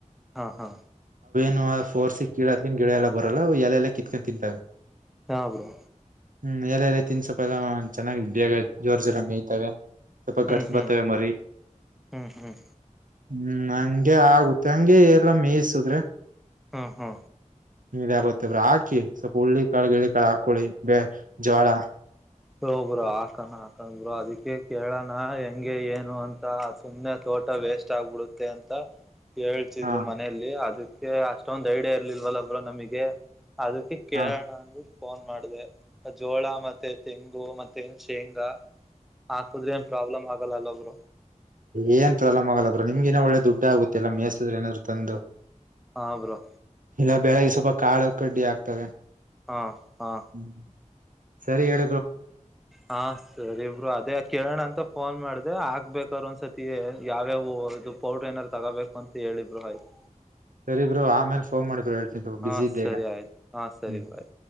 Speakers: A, in the centre; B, on the right.
A: ಹಾ ಹಾ
B: ನ ೋರ್ಸಿ ಕಿಳದಕ ಗಿಡ ಎಲ್ಲ ಬರಲ್ಲ ಎಲ್ಲ ಎಲ್ಲ ಕತ್ಕೊಂಡು ತಿಂತವೆ
A: ಹಾ ಬ್ರೋ
B: ಹ್ಮ್ ಎಲ್ಲ ಎಲ್ಲ ತಿನ್ಸೊಪ ಎಲ್ಲ ಚೆನ್ನಾಗಾಗ ಜೋರ ಜೋರ ಮೇಯ್ತವೆ ತಪ್ಪ
A: ಹ್ಮ್
B: ಗಟ್ಸ
A: ಹ್ಮ್
B: ಬತ ಮರಿ
A: ಹ್ಮ್ ಹ್ಮ್
B: ಹ್ಮ್ ಹಂಗೆ ಆಗುತ್ತೆ ಹಂಗೆ ಎಲ್ಲ ಮೇಯಸುದ್ರೆ
A: ಹ್ಮ ಹಾ
B: ಇ ಆಾಗತ್ತಬ್ರ ಹಾಕಿ ಸ್ವಲ್ಪ ಉರುಳ್ಳಿಿಕಾಳ ಗಿಳ ಕಾಳು ಹಾಕೊಳ್ಳಿ ಬ ಜ್ವರ
A: ಹ ಬ್ರ ಹಾಕಣ ಹಾಕನ್ ಬ್ರ ಅದಕ್ಕೆ ಕೇಳಣ ಹೆಂಗೆ ಏನು ಅಂತ ಸುಮ್ನೆ ತೋ ೋಟ ವೇಸ್ಟ್ ಆಗ್ಬಿಡುತ್ತೆ ಅಂತ ಹೇಳ್ತಿದ್ರು
B: ಹಾ
A: ಮನೇೆಯಲ್ಲಿ ಅದಕ್ಕೆ ಅಷ್ಟೊಂದ್ ಐಡಿಯ ಇರ್ಲಿಲ್ವಲ್ಲಬ್್ರರು ನಮಗೆ ಅದಕ್ಕೆ ಕೇಳೋಣ
B: ಹಾ
A: ಅಂಗಬಿಟ್ಟ ಫೋನ್ ಮಾಡ್ದ ಜೋಳ ಮತ್ತೆ ತೆಂಗು ಮತ್ತೆ ಶೇಂಗಾ ಹಾಕುದ್ರೆ ಪ್ರಾಬ್ಲಮ್ ಆಗ ಲ್ಲಲ್ಲೋಗ್ರ
B: ಏಂತರಲ್ಲ ಮೊಗಳಬ್್ರ ನಿಮ್ಗೇನ ಒಳ್ಳೆ ದುಡ್ಡು ಆಗುತ್ತೆ ಇಲ್ಲ ಮೇಯಸಿದ್ರೆ ನಾದರು ತಂದು
A: ಹಾ ಬ್ರೋ
B: ಇಲ್ಲ ಬೆಳಗ್ಗೆ ಸ್ವಲ್ಪ ಕಾಳು ಕಡ್ಡಿ ಆಗ್ತವೆ
A: ಹಾ ಹಾ
B: ಹ್ಮ್ ಸರಿ ಎಡ
A: ಹಾ ಸರಿ ಇಬ್ರು ಅದೇ ಕೇಳೋಣ ಅಂತ ಫೋನ್ ಮಾಡ್ದ ಅದೇ ಹಾಕ್ಬೇಕ್ರ ಒಂದ್ತಿ ಯಾವ್ಯಾವ ಇದು ಪೌಡ್ರ ಏನಾದಾರ ತಗೋಬೇಕು ಅಂತ ಹೇಳಿದ್ರು ಆಯ್ತು
B: ಸರಿಬ್ರರು ಆಮೇಲ್ ಫೋನ್ ಮಾಡಿದ್ರರು ಹೇಳ್ತೀನಿ
A: ಹಾಂ
B: ಬಿಸಿ ಇದ್ದೆ
A: ಸರಿ
B: ಈಗ
A: ಆಯ್ತು ಹಾಂ ಸರಿ
B: ಹ್ಮ್
A: ಬಾಯ್